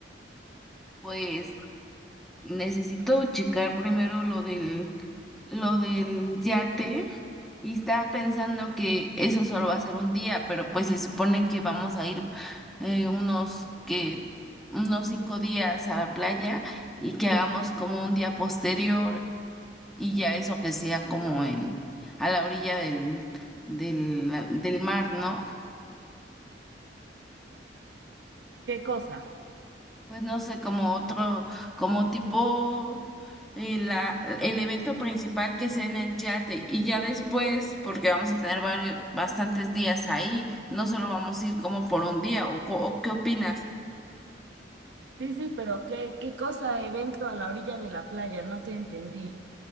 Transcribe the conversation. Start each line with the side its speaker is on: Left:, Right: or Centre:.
Centre: Pues necesito checar primero lo del, lo del yate Y estaba pensando que eso solo va a ser un día, pero pues se supone que vamos a ir eh, unos que unos cinco días a la playa y que hagamos como un día posterior y ya eso que sea como en a la orilla del del, del mar, ¿no?
Right: ¿Qué cosa?
Centre: Pues no sé, como otro, como tipo eh, la, el evento principal que sea en el yate y ya después, porque vamos a tener varios, bastantes días ahí, no solo vamos a ir como por un día, o, co- o ¿qué opinas?
Right: Sí, sí, pero ¿qué, qué cosa evento a la orilla de la playa? No te entendí.